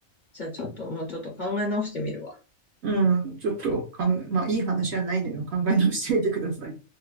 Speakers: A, on the left (about 50°); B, on the right (about 60°).
A: じゃあちょっともうちょっと考え直してみるわ。
B: うん、ちょっとかん、まあ、いい話はないのよ。考え直してみてください。